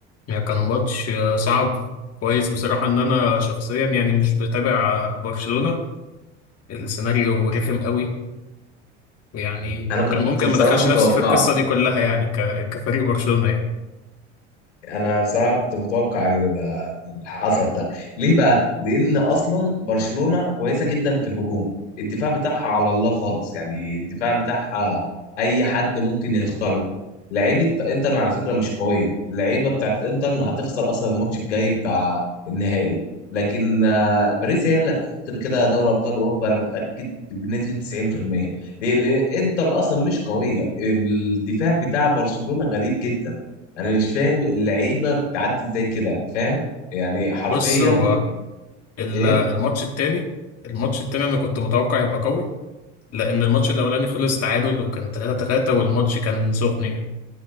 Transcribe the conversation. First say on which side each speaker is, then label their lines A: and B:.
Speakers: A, on the left; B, on the left.
A: يعني كان ماتش آه، صعب كويس بصراحه ان انا شخصيا يعني مش بتابع آه، برشلونه السيناريو رخم قوي يعني
B: انا
A: وكان
B: كنت
A: ممكن
B: بصراحه
A: ما دخلش
B: متوقعه
A: نفسي في القصة دي كلها يعني ك... كفريق برشلونة يعني
B: انا بصراحه كنت متوقع ال- اللي حصل ده ليه بقى لان اصلا برشلونه كويسه جدا في الهجوم الدفاع بتاعها على الله خالص يعني الدفاع بتاعها اي حد ممكن يخترقه لعيبه انتر على فكره مش قويه اللعيبه بتاعت انتر هتخسر اصلا الماتش الجاي بتاع النهائي لكن آه، باريس هي اللي هتاخد كده كده دوري ابطال اوروبا انا متاكد بنسبه 90% ليه لان انتر اصلا مش قويه الدفاع بتاع برشلونه غريب جدا انا مش فاهم اللعيبه بتعدي ازاي كده انا فاهم يعني حرفيا
A: بص هو ال-
B: ايه
A: الماتش التاني الماتش التاني انا كنت متوقع يبقى قوي لان الماتش الاولاني خلص تعادل وكان 3-3 والماتش كان سخن يعني